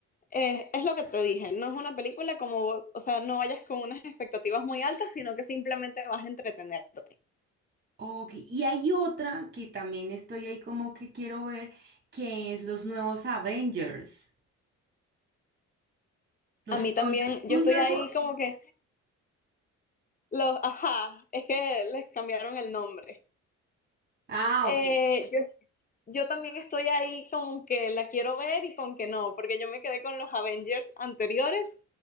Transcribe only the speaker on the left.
Eh, es lo que te dije, no es una película como, o sea, no vayas con unas expectativas muy altas, sino que simplemente vas a entretenerte.
A mí
también,
yo estoy ahí como que los, ajá, es que les cambiaron el nombre.
Eh,
yo yo también estoy ahí con que la quiero ver y con que no, porque yo me quedé con los Avengers anteriores